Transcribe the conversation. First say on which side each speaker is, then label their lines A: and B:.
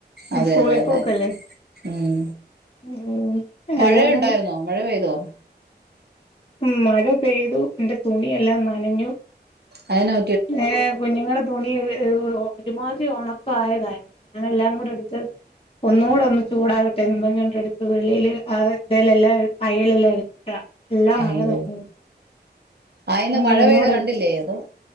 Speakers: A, on the right; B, on the left.
A: അതെ
B: സ്കൂളിൽ
A: അതെ അതെ
B: പോക്കല്ലേ
A: ഉം
B: ഉം
A: മഴയുണ്ടായിരുന്നോ
B: അതാണ്
A: മഴ പെയ്തോ
B: ഉം മഴ പെയ്തു എന്റെ തുണിയെല്ലാം നനഞ്ഞു
A: സയനോ
B: ഏഹ് കുഞ്ഞുങ്ങള് തുണി ഒരുമാതിരി ഒണക്കയതായിരുന്നു ഞാനല്ലാം കൂടെ എടുത്ത് ഒന്നുകൂടെ ഒന്ന് ചൂടാകട്ടെന്ന് പറഞ്ഞു എടുത്ത് വെളിയിൽ അവുത്തെ ലെയെല്ലാം എടു അയല്ല്ലെട്ത്താ എല്ലാം
A: അയ്യോ
B: മഴ നനഞ്ഞു പോയി
A: ആഹ് ഇന്ന്
B: ഇനി
A: മഴ
B: ഒന്നുടെ
A: പെയ്ത കണ്ടില്ലേ
B: എടുത്തി
A: അതോ